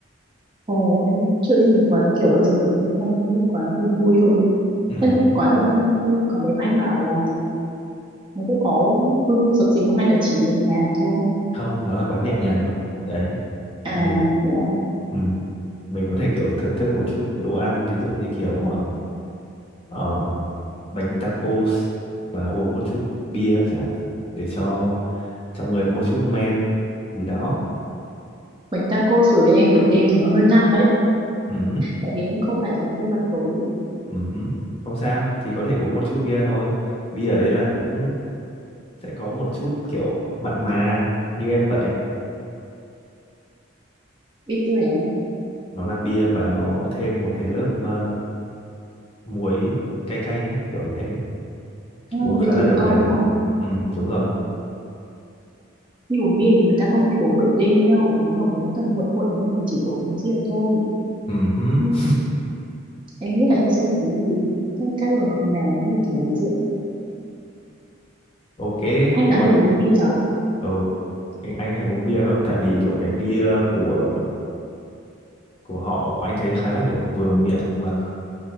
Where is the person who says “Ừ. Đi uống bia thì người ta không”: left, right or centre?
Right